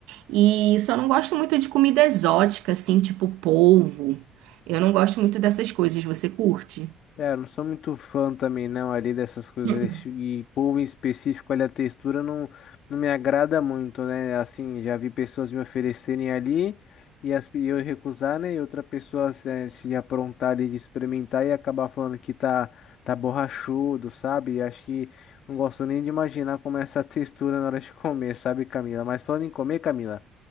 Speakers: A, on the right; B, on the left.
A: E só não gosto muito de comida exótica, assim, tipo polvo. Eu não gosto muito dessas coisas. Você curte?
B: É, eu não sou muito fã também, não, ali dessas coisas.
A: <laughs>
B: desse- E polvo em específico, ali a textura não, não me agrada muito, né? Assim, já vi pessoas me oferecerem ali e, as, e eu recusar, né? E outra pessoa se, se aprontar ali de experimentar e acabar falando que tá, tá borrachudo, sabe? E acho que não gosto nem de imaginar como é essa <laughs> textura na hora de comer, sabe, Camila? Mas falando em comer, Camila,